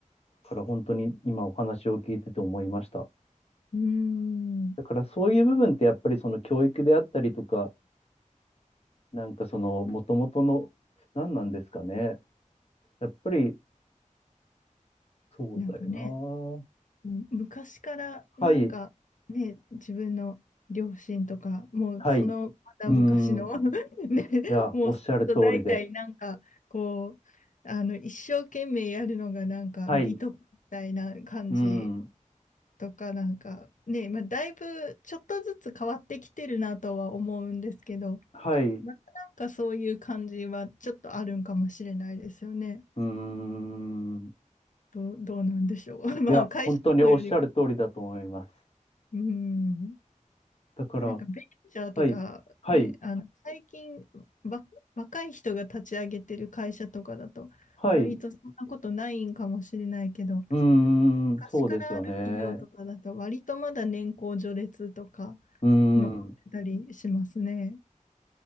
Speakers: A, on the left (about 50°); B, on the left (about 70°).
A: だから本当に今お話を聞いてて思いました。
B: うん。
A: だからそういう部分ってやっぱりその教育であったりとか、なんかそのもともとの何なんですかね。やっぱり、そうだよ
B: なんかね、
A: な。
B: もう昔からなんかね、
A: はい、
B: 自分の両親とか、もうそのまた昔の
A: はい。うーん。
B: <laughs> ね、
A: いや、
B: もうずっと代々なんかこう、
A: おっしゃる通りで。
B: あの一生懸命やるのがなんか美徳みたいな感じ
A: はい、うーん。
B: とかなんかね、まあ、だいぶちょっとずつ変わってきてるなとは思うんですけど、
A: はい、う
B: またなんかそういう感じはちょっとあるんかもしれないですよね。
A: ーん。
B: どう、どうなんでしょう。<laughs> まあ会社のよりも、
A: いや、本当におっしゃる通りだと思います。
B: うん、
A: だから、
B: なんかベンチャーとか、
A: はい、はい、
B: ね、あの最近わ若い人が立ち上げてる会社とかだと割とそんなことないんかもしれないけど、
A: はい、うーん、
B: 昔からある企業とかだと割とまだ年功序列とか
A: そうですよね。うーん。
B: 残ってたりしますね。